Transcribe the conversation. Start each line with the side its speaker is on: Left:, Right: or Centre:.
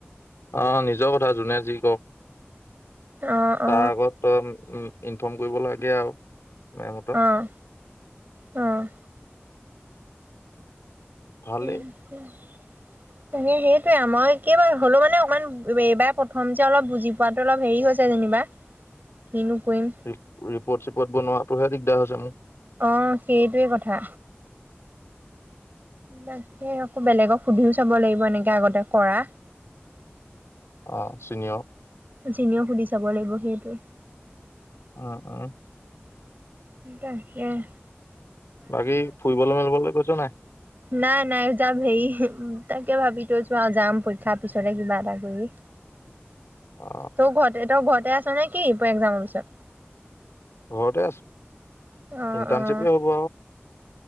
Left: অ', নিজৰ কথা যোনে যি ক',
Right: অ অ
Left: তাৰ আগত তই, উম ', ইনফৰ্ম কৰিব লাগে, আৰু মেমহঁতক
Right: আহ -আহ
Left: ভালেই
Right: উম', - হুম ', মানে সেইটোয়ে আৰু মই কেইবাৰ হ'লোও মানে অকমান এইবাৰ প্ৰথম যে, অলপ বুজি পোৱাটো অলপ হেৰি হৈছে যেনিবা, কিনো কৰিম
Left: ৰিপৰ্ট- চিপৰ্ট বনোৱাটোহে দিগদাৰ হৈ, জানো।
Right: অহ ', সেইটোৱে কথা। তাকে আকৌ বেলেগক সুধিও চাব লাগিব এনেকে আগতে কৰা
Left: অ চীনিঅৰ
Right: যিনও সুধি চাব লাগিব সেইটোোৱে
Left: অ উ
Right: এ ত আহ
Left: বাকী ফুৰিবলৈ মেলিব কৈছ নাই
Right: নাই নাই যাম হেৰি তাকে ভাবি তই চোৱা যাম পৰীক্ষাৰ পিছতে কিবা এটা কৰি
Left: অ
Right: ত ঘটে ত ঘট ততে আছ নে কি ব এক্জামৰ পিছত
Left: ঘতে আছো
Right: অ',
Left: ইণ্টাৰনশিপ
Right: অ',
Left: হ'ব